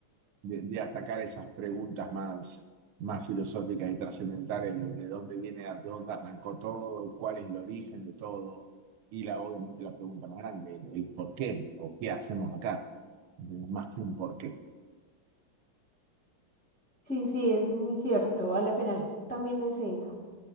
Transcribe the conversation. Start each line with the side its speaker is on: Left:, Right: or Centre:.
Right: de- de atacar esas preguntas más, más filosóficas y trascendentales de, de dónde viene, de dónde arrancó todo, cuál es el origen de todo. Y la, obviamente la pregunta más grande, el el por qué o qué hacemos acá más que un porqué.
Centre: Sí, sí, es muy cierto. A la final también es eso.